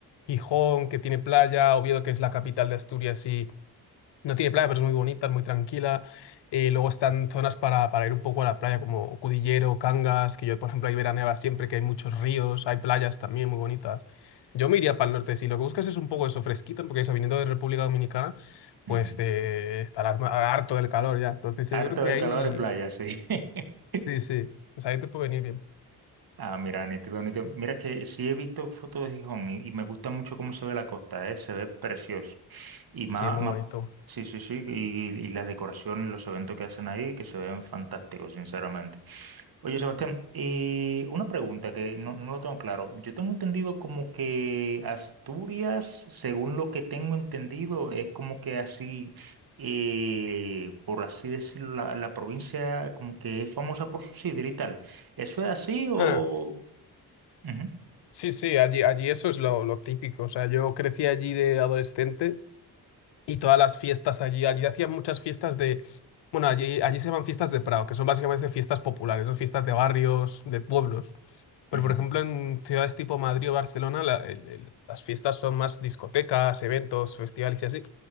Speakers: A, on the left (about 75°); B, on the right (about 60°).
A: Gijón, que tiene playa, Oviedo, que es la capital de Asturias y no tiene playa, pero es muy bonita, es muy tranquila. Eh, luego están zonas para, para ir un poco a la playa, como Cudillero, Cangas, que yo, por ejemplo, ahí veraneaba siempre, que hay muchos ríos, hay playas también muy bonitas. Yo me iría para el norte, si lo que buscas es un poco eso, fresquito, porque eso, viniendo de República Dominicana, pues
B: ujú, ujú.
A: te estarás ma- harto del calor ya. Entonces
B: Harto
A: yo creo que
B: de
A: ahí,
B: calor y playa, sí. <laughs>
A: sí, sí, pues ahí te puede venir bien.
B: Ah, mira, nítido, nítido. Mira que sí he visto fotos de Gijón y, y me gusta mucho cómo se ve la costa, ¿eh? Se ve precioso. Y más,
A: Sí, muy
B: más,
A: bonito.
B: sí, sí, sí, y, y las decoraciones, los eventos que hacen ahí, que se ven fantásticos, sinceramente. Oye, Sebastián, eh, una pregunta que no, no lo tengo claro. Yo tengo entendido como que Asturias, según lo que tengo entendido, es como que así, eh, por así decirlo, la, la provincia como que es famosa por su sidra y tal. ¿Eso es así o...?
A: Ah,
B: Ujú,
A: Sí, sí, allí, allí eso es lo, lo típico. O sea, yo crecí allí de adolescente y todas las fiestas allí, allí hacían muchas fiestas de, bueno, allí, allí se llaman fiestas de Prado, que son básicamente fiestas populares, son fiestas de barrios, de pueblos. Pero,
B: ujú,
A: por ejemplo, en ciudades tipo Madrid o Barcelona, la- el- el- las fiestas son más discotecas, eventos, festivales y así.